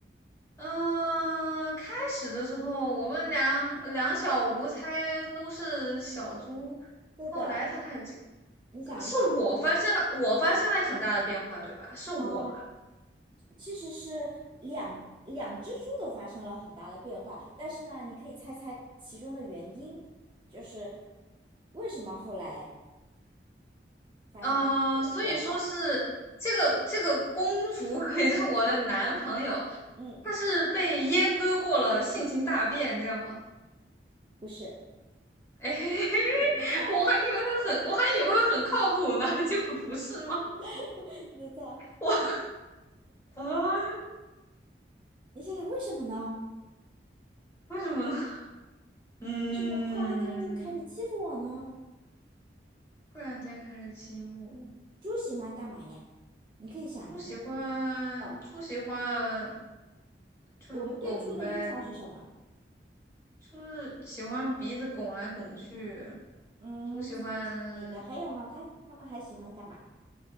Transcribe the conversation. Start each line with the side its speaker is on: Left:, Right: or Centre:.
Left: 嗯，开始的时候我们两两小无猜都是小猪，
Right: 对的。
Left: 后来他开始欺
Right: 你想一想，
Left: 呃是我发生了，我发生了很大的变化，对吧？是我吧？
Right: 啊、其实是两两只猪都发生了很大的变化，但是呢，你可以猜猜其中的原因，就是为什么后来发生了这个变化？
Left: 呃，所以说是这个这个公主，<laughs> 也就是我的男朋友，
Right: 嗯，
Left: 他是被阉割过了，性情大变，这样吗？
Right: 不是，
Left: 哎，<laughs>
Right: 你猜猜，
Left: 我还以为会很，我还以为会很靠谱呢，结果不是吗？
Right: <laughs> 你再猜，
Left: <laughs> 我啊，
Right: 你想想为什么呢？
Left: 为什么呢？嗯，
Right: 为什么突然间就开始欺负我呢？
Left: 忽然间开始欺负我。
Right: 猪喜欢干嘛呀？你可以想，
Left: 猪喜欢，
Right: 嗯，哦，
Left: 猪喜欢就是拱呗，
Right: 我们对猪的印象是什么？
Left: 就是喜欢用鼻子拱来拱去。
Right: 嗯，
Left: 猪喜欢，
Right: 是其中一个，还有呢，它它们还喜欢干嘛？